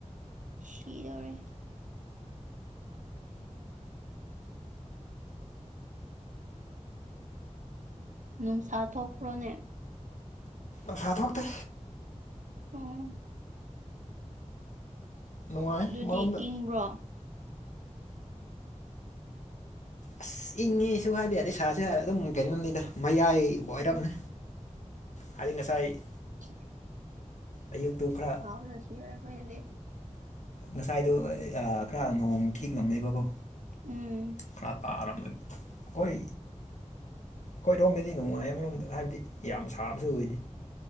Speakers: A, on the right; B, on the left.
A: ꯁꯤꯗꯣꯔꯦ ꯅꯨꯡꯁꯥ ꯊꯣꯛꯄ꯭ꯔꯣꯅꯦ?
B: ꯑꯁꯥ ꯊꯣꯛꯇꯦ
A: ꯎꯝ
B: ꯅꯨꯡꯉꯥꯏ
A: ꯗꯨꯗꯤ
B: ꯑꯃꯔꯣꯝꯗ
A: ꯏꯪꯕ꯭ꯔꯣ?
B: ꯑꯁ ꯏꯪꯉꯤꯁꯨ ꯍꯥꯏꯕ ꯌꯥꯗꯩ ꯁꯥꯔꯁꯨ ꯍꯥꯏ ꯑꯗꯨꯝ ꯀꯩꯅꯣꯝꯅꯤꯗ ꯃꯌꯥꯏꯕꯨ ꯑꯣꯏꯔꯞꯅꯦ ꯍꯥꯏꯗꯤ ꯉꯁꯥꯏ-
A: ꯎ
B: ꯑꯌꯨꯛꯇꯨ ꯈꯔꯥ
A: ꯍꯥꯎ ꯉ ꯁꯤ ꯑꯩꯣꯏꯗꯤ
B: ꯉꯁꯥꯏꯗꯨꯣ ꯈꯔ꯭ ꯅꯣꯡ ꯈꯤꯛꯂꯝꯃꯦꯕꯀꯣ꯫
A: ꯎꯝ
B: ꯈꯔ ꯇꯥꯔꯝꯃꯩ ꯍꯣꯏ ꯈꯣꯏꯔꯣꯝꯃꯤꯗꯤ ꯅꯨꯡꯉꯥꯏꯌꯦ ꯑꯃꯔꯣꯝꯗ ꯍꯥꯏꯕꯗꯤ ꯌꯥꯝ ꯁꯥꯕꯁꯨ ꯑꯣꯏꯗꯦ꯫